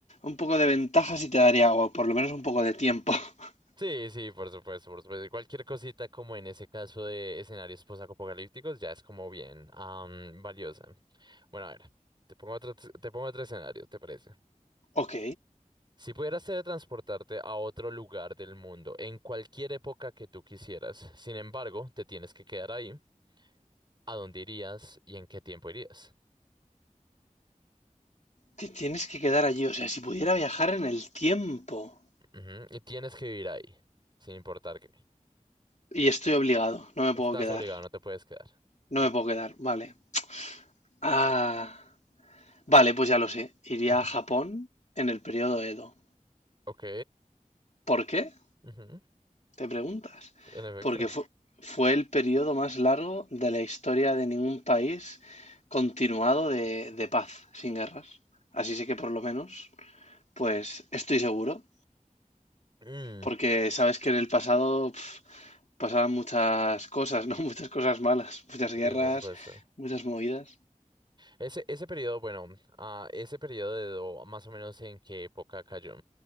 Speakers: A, on the left; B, on the right.
A: un poco de ventaja sí te daría, o por lo menos un poco de tiempo. <laughs>
B: Sí, sí, por supuesto, por supuesto. Cualquier cosita como en ese caso de escenarios posapocalípticos ya es como bien am, valiosa. Bueno, a ver, te pongo otro, te pongo otro escenario, ¿te parece?
A: Ok,
B: Si pudieras teletransportarte a otro lugar del mundo, en cualquier época que tú quisieras, sin embargo, te tienes que quedar ahí, ¿a dónde irías y en qué tiempo irías?
A: te tienes que quedar allí, o sea, si pudiera viajar en el tiempo.
B: Ujú, Y tienes que vivir ahí, sin importar qué.
A: Y estoy obligado, no me
B: Estás
A: puedo quedar,
B: obligado, no te puedes quedar.
A: no me puedo quedar, vale. Ah. Vale, pues ya lo sé. Iría
B: Ujú.
A: a Japón en el periodo Edo.
B: Ok,
A: ¿Por qué?
B: ujú,
A: Te preguntas.
B: En efecto.
A: Porque fu- fue, el periodo más largo de la historia de ningún país continuado de, de paz, sin guerras. Así sí que por lo menos, pues estoy seguro.
B: Mm,
A: Porque sabes que en el pasado pf, pasaban muchas cosas, ¿no? <laughs> Muchas cosas malas, muchas guerras,
B: sí, por supuesto.
A: muchas movidas.
B: Ese, ese periodo, bueno, ah, ese periodo, más o menos en qué época cayó,